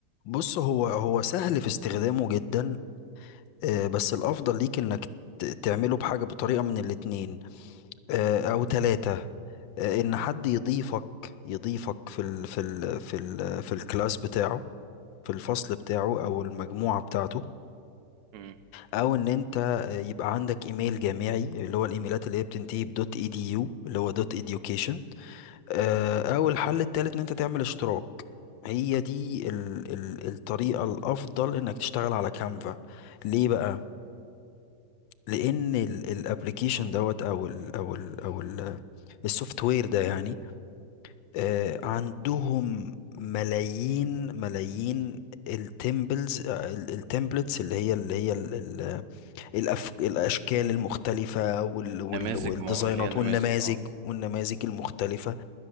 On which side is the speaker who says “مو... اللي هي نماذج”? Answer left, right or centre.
Right